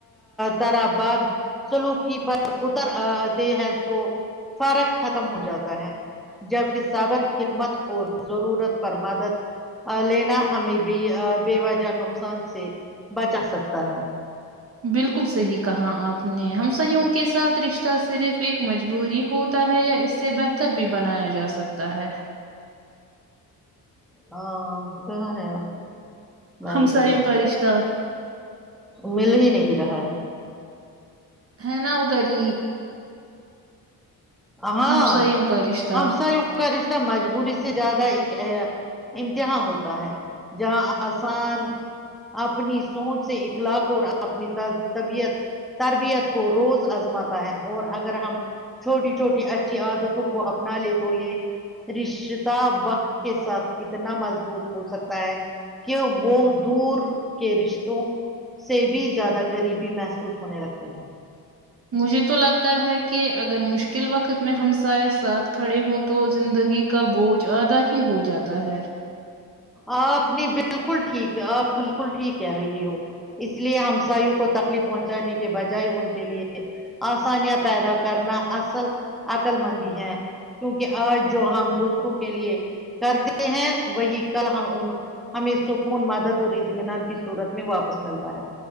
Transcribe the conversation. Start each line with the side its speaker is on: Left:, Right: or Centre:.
Centre: تارباد سلوکی پر اتر آتے ہیں تو فرق ختم ہو جاتا ہے جبکہ صابر حکمت اور ضرورت پر مدد لینا ہمیں بھی بے وجہ نقصان سے بچا سکتا ہے
Right: بالکل صحیح کہا آپ نے ہم سحوں کے ساتھ رشتہ صرف ایک مجبوری ہو ہے یا اس سے بہتر بھی بنایا جا سکتا ہے
Centre: ہاں کہاں ہے آپ میں
Right: ہمسایوں
Centre: کبول
Right: کا رشتہ
Centre: مل ہی نہیں رہا ہے
Right: ہا نا اہد ہی
Centre: ہاں
Right: ہمسایوں کا رشتہ
Centre: ہم س ان کا رشتہ مجبوری سے زیادہ ایک امتہا ہوتا ہے جاں آسان اپنی سوچ سے اخلاق اور اپنی طبیعت تربیت کو روز آزماتا ہے اور اگر ہم چھوٹی چھوٹی اچھی عادتوں کو اپنا لے تو یہ رشتا وقت کے ساتھ اتنا مضبوط ہو سکتا ہے کہ وہ دور کے رشتوں سے بھی زیادہ قریبی محسوس ہونے لگتے ہیں
Right: مجھے تو لگتا ہے کہ اگر مشکل وقت میں ہم سائے ساتھ کھڑے ہوں تو زندگی کا بوجھ آدھا ہی ہو جاتا ہے
Centre: آپ نے بالکل ٹھیک ہے آپ بالکل ٹھیک کہ رہی ہو اس لیے ہمساائیوں کو تکلیف پہنچانے کی بجائے ان کے لیے آسانیاں پیدا کرنا اصل عقل مندی ہے کیونکہ آج جو ہم دوسروں کے لیے کرتے ہیں وہی کل ہم ہمیں سکون مدد اور اطمینان کی صورت میں واپس ملتا ہے